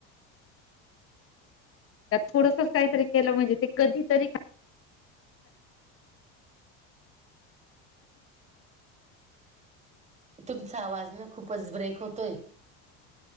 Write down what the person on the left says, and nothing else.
थोडस काहीतरी केलं म्हणजे ते कधीरी